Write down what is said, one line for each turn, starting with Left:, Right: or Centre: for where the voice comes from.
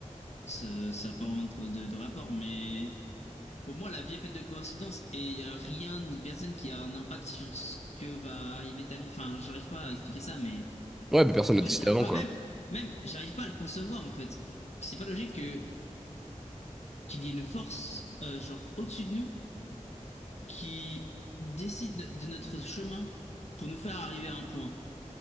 Left: ça n'a pas vraiment de, de- de rapport. Mais pour moi, la vie est faite de coïncidences et il n'y a rien ni personne qui a un impact sur ce que va arriver ta vie. Enfin, j'arrive pas à expliquer ça, mais
Centre: Ouais, mais personne
Left: en
Centre: n'a
Left: fait,
Centre: décidé
Left: j'- enfin,
Centre: avant, quoi.
Left: même, même, j'arrive pas à le concevoir en fait. C'est pas logique que qu'il y ait une force, euh, genre au-dessus de nous, qui décide de notre chemin pour nous faire arriver à un point.